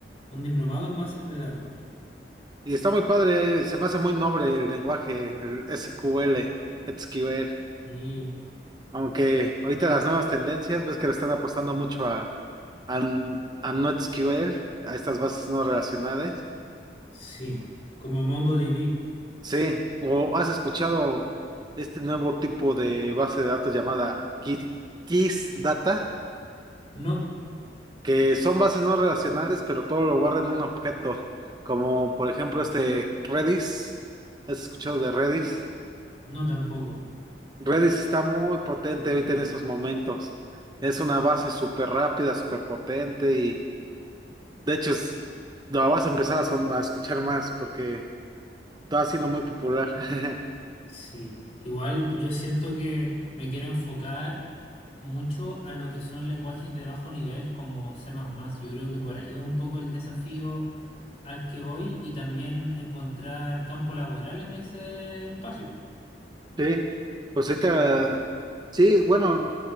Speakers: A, on the left; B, on the right.
A: un diplomado en bases de datos.
B: Y está muy padre, se me hace muy noble el lenguaje, el SQL, SQL.
A: Y
B: Aunque ahorita las nuevas tendencias, ves que le están apostando mucho a, a, a NoSQL, a estas bases no relacionadas.
A: sí, como MongoDB.
B: Sí, o has escuchado este nuevo tipo de base de datos llamada Ki- Kiss Data,
A: No,
B: que son bases no relacionales, pero todo lo guarda en un objeto, como por ejemplo este Redis. ¿Has escuchado de Redis?
A: no tampoco.
B: Redis está muy potente ahorita en estos momentos. Es una base súper rápida, súper potente y de hecho es- la vas a empezar a, son- a escuchar más porque está siendo muy popular. <laughs>
A: Sí, igual yo siento que me quiero enfocar. mucho a lo que son lenguajes de bajo nivel como C++. Yo creo que por ahí es un poco el desafío al que voy y también encontrar campo laboral en ese espacio.
B: Sí, pues ahorita, sí, bueno,